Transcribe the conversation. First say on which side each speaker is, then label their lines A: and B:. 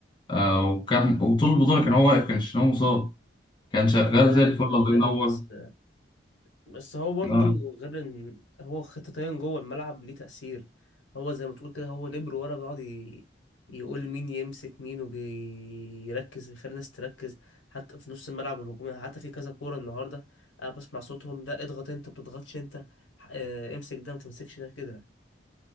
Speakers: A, on the left; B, on the left.
A: آه، وكان وطول البطولة كان هو واقف كان الشناوي مصاب كان شغال
B: انا فاهم
A: زي الفل
B: انا
A: الله
B: فاهم
A: ينور
B: بس بس هو برضو
A: آه.
B: غير ان هو خطتين جوه الملعب ليه تأثير هو زي ما تقول كده هو ليبرو ورا بيقعد ي- يقول مين يمسك مين وبيركز يخلي الناس تركز حتى في نص الملعب والهجوم يعني حتى في كذا كورة النهاردة انا بسمع صوتهم ده اضغط انت ما بتضغطش انت آه، امسك ده ما تمسكش ده كده